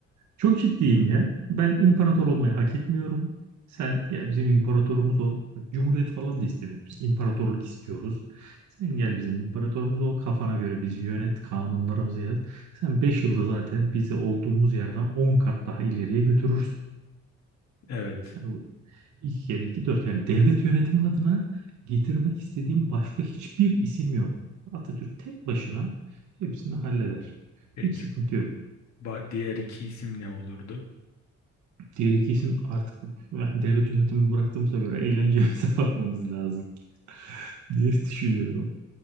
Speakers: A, on the right; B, on the left.
A: çok ciddiyim ya. Ben imparator olmayı hak etmiyorum. Sen gel bizim imparatorumuz ol. Bak, cumhuriyet falan da istemiyoruz. Biz imparatorluk istiyoruz. Sen gel bizim imparatorumuz ol. Kafana göre bizi yönet. Kanunlarımızı yaz. Sen 5 yılda zaten bizi olduğumuz yerden 10 kat daha ileriye götürürsün.
B: Evet.
A: Yani İki kere iki dört. Yani devlet yönetimi adına getirmek istediğim başka hiçbir isim yok. Atatürk tek başına hepsini halleder.
B: Peki.
A: Hiç sıkıntı yok.
B: Ba- diğer iki isim ne olurdu?
A: Diğer iki isim artık ben devlet yönetimi bıraktığımıza göre eğlencemize <laughs> bakmamız lazım diye düşünüyorum.